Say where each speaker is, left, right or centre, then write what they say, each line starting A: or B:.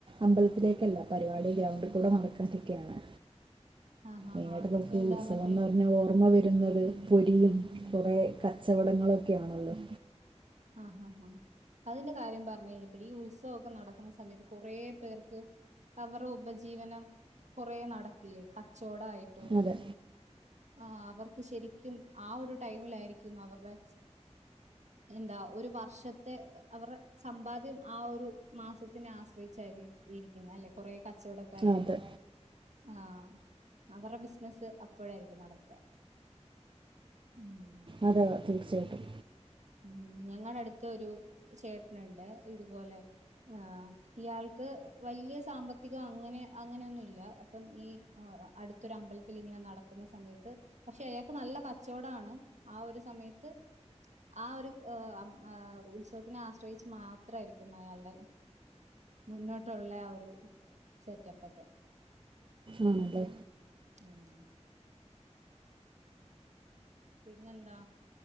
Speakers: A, on the right; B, on the right.
A: അമ്പലത്തിലേക്കല്ല പരിപാടി ഗ്രൗണ്ടി കൂടെ നടക്കാതൊക്കെയാണ്
B: ആഹ് ആഹ് ആഹ്
A: ഇങ്ങട്ട്
B: ആഹ്
A: നോക്ക്
B: എന്താ
A: ഉത്സവന്ന്
B: മറ്റേ
A: പറഞ്ഞാൽ ഓർമ്മ വരുന്നത് പൊരീം കുറേ കച്ചവടങ്ങളൊക്കെയാണല്ലോ
B: ആഹ് ഹാ ഹാ അതിന്റെ കാര്യം പറഞ്ഞു കഴിഞ്ഞപ്പഴ ഈ ഉത്സവക്കെ നടക്കുന്ന സമയത്ത് കുറേ പേർക്ക് അവർ ഉപജീവനം കൊറേ നടക്കില്ലേ കച്ചോടായി
A: അതെ
B: ആഹ് അവർക്ക് ശരിക്കും ആ ഒരു ടൈമിലായിരിക്കും അവർടെ എന്താ ഒരു വർഷത്തെ അവർ സമ്പാദ്യം ആ ഒരു മാസത്തിനെ ആശ്രയിച്ചാരി ഇരിക്കുന്നത് അല്ലെ കുറെേ കച്ചവട ക്കാരിപ്പം
A: അതെ
B: ആഹ് വരുടെ ബിസിനസ്സ് അപ്പോഴായിരി രിക്കും നടക്ക ഉം
A: അതെയോ തീർച്ചയായിട്ടും
B: ഉം ഞങ്ങടടുത്ത് ഒരു ചേട്ടനിണ്ട് ഇതുപോലെ- ആഹ് ഇയാൾക്ക് വല്ല്യ സാമ്പത്തികം അങ്ങനെ അങ്ങനെയൊന്നുല്ല അപ്പം ഈ അടുത്തൊരു അമ്പലത്തിൽ ഇങ്ങനെ നടക്കുന്ന സമയത്ത് പക്ഷെ അയാക്ക് നല്ല കച്ചോടാണ് ആ ഒരു സമയത്ത് ആ ഒരു ഏ അപ് ഏ ഉത്സവത്തിനെ ആശ്രയിച്ച് മാത്രായിരിക്കും അയാളുടെ മുന്നോട്ടുള്ള ആ ഒരു സെറ്റപ്പൊക്കെ
A: ആണല്ലേ
B: ഉം പിന്നെന്താ